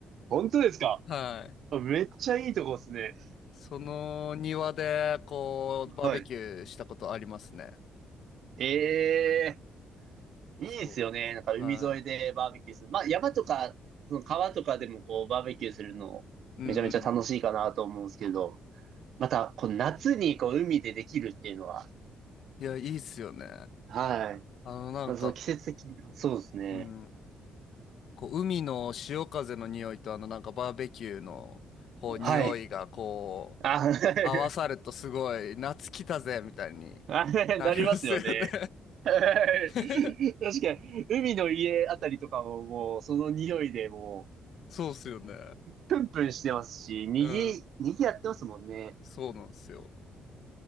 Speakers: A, on the right; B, on the left.
A: 本当ですか
B: はい。
A: めっちゃいいとこですね。
B: その庭でこうバーベキューしたことありますね。
A: はい。ええいいですよね。
B: そうなんです。
A: なんか海沿いでバーベキューする。
B: はい。
A: まあ山とか、その川とかでもこうバーベキューするのめちゃめちゃ楽しいかなと思うんですけど、
B: うんうんうん。
A: またこう夏にこう海でできるっていうのは、
B: いや、いいっすよね。
A: はい。
B: あのなんか、
A: まあ、その季節的な、そうですね。
B: うん、こう海の潮風の匂いとあのなんかバーベキューのこう匂いがこ
A: はい。あ、はい。
B: 合わさるとすごい、夏来たぜみたいに
A: あなりますよね。
B: なりますよね
A: は
B: <laughs>
A: い。確かに、海の家あたりとかももうその匂いでもう、
B: そうっすよね。
A: プンプンしてますし、にぎ、
B: うん。
A: にぎやってますもんね。
B: そうなんですよ。